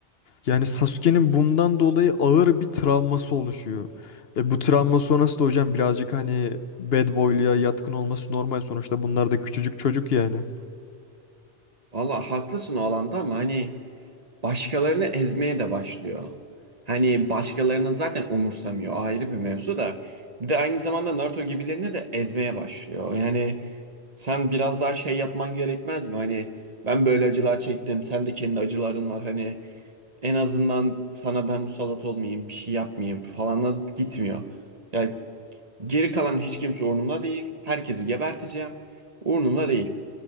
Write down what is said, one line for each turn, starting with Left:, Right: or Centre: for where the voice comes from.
Left: Yani Sasuke'nin bundan dolayı ağır bir travması oluşuyor. E bu travma sonrası da hocam birazcık hani bad boy'luya yatkın olması normal sonuçta bunlar da küçücük çocuk yani.
Right: valla haklısın o alanda ama hani başkalarını ezmeye de başlıyor. Hani başkalarını zaten umursamıyor ayrı bir mevzu da. Bir de aynı zamanda Naruto gibilerini de ezmeye başlıyor. Yani sen biraz daha şey yapman gerekmez mi? Hani ben böyle acılar çektim, sen de kendi acıların var. Hani en azından sana ben musallat olmayayım, bir şey yapmayayım falana gitmiyor. Yani geri kalan hiç kimse umurumda değil. Herkesi geberteceğim. Umurumda değil.